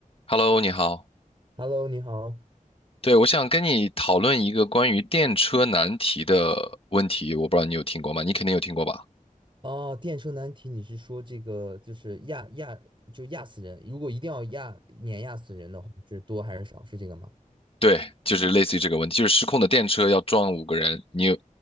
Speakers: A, on the left; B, on the right.
A: Hello，你好。
B: Hello，你好。
A: 对，我想跟你讨论一个关于电车难题的问题，我不知道你有听过吗？你肯定有听过吧？
B: 哦，电车难题，你是说这个就是压压就压死人？如果一定要压碾压死人的话，是多还是少？是这个吗？
A: 对，就是类似于这个问题，就是失控的电车要撞五个人，你有，